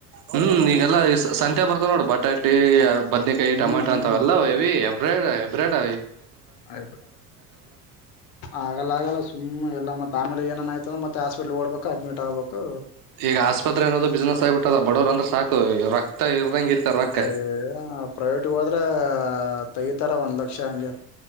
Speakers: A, on the right; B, on the left.
A: ಹ್ಮ್ ಈಗೆಲ್ಲಾ ಈ ಸಂತೆ ಬರ್ತವ ನೋಡು ಬಟಾಟಿ ಬದ್ನೇಕಾಯಿ
B: ಹ್ಮ್
A: ಟಮಾಟೊ
B: ಹ್ಮ್
A: ಅಂತ ಎಲ್ಲ ಎವಿ ಬ್ರೆಡ್ ಬ್ರೆಡ್
B: ಆಯ್ತ ಆಗಲ್ಲ ಆಗಲ್ಲ ಸುಮ್ಮ್ನೆ ಎಲ್ಲ ಮತ್ತ ಆಮೇಲೆ ಏನನ್ ಆಯ್ತದ ಮತ್ತೆ ಹಾಸ್ಪಿಟ್ಲ್ ಓಡ್ಬೇಕು ಅಡ್ಮಿಟ್ ಆಗ್ಬೇಕು
A: ಈಗ ಆಸ್ಪತ್ರೆ ಅನ್ನೋದು ಬಿಸ್ನೆಸ್ ಆಗ್ಬಿಟ್ಟದ ಬಡವ್ರ ಅಂದ್ರ ಸಾಕು ರಕ್ತ ಇರ್ದಂಗ ಇರ್ತಾರ ರೊಕ್ಕ.
B: ಅಯ್ಯ ಪ್ರೈವೇಟ್ಗೆ ಹೋದ್ರೆ ಮತ್ತ ಈತರ ಒಂದ್ ಲಕ್ಷ ಹಂಗೆ